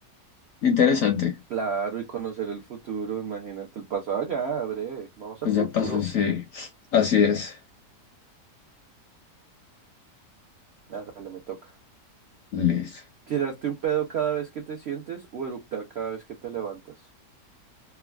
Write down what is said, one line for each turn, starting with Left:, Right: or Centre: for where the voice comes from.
Left: Interesante.
Right: Claro, y conocer el futuro, imagínate el pasado, ya, breve. Vamos
Left: Pues
Right: al futuro.
Left: ya pasó, sí. Así es.
Right: Hágale, me toca.
Left: Listo.
Right: ¿Tirarte un pedo cada vez que te sientes o eructar cada vez que te levantas?